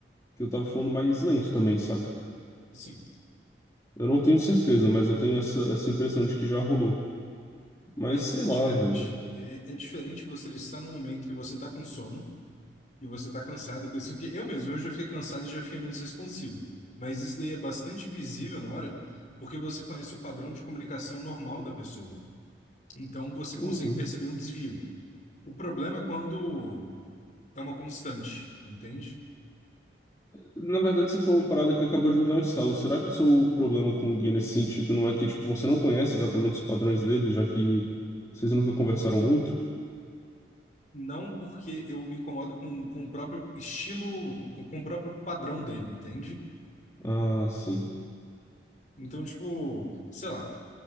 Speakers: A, on the left; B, on the left.
A: que eu tava falando mais lento também, saca?
B: Sim.
A: Eu não tenho certeza, mas eu tenho essa, essa impressão de que já rolou. Mas
B: Mas
A: sei
B: é
A: lá,
B: diferente.
A: velho.
B: É, é- é diferente você estar num momento que você está com sono e você está cansado, coisa assim, porque eu mesmo, eu já fiquei cansado, já fiquei menos responsivo. Mas isso daí é bastante visível na hora, porque você conhece o padrão de comunicação normal da pessoa. Então você
A: Uhum.
B: consegue perceber um desvio. O problema é quando é uma constante, entende?
A: Na verdade, você falou uma parada que acabou de me dar um estalo. Será que o seu problema com o Gui nesse sentido não é que, tipo, você não conhece exatamente os padrões dele, já que vocês nunca conversaram muito?
B: Não porque eu me incomodo com, com o próprio estilo, com, com o próprio padrão dele, entende?
A: Ah, sim.
B: Então, tipo, sei lá.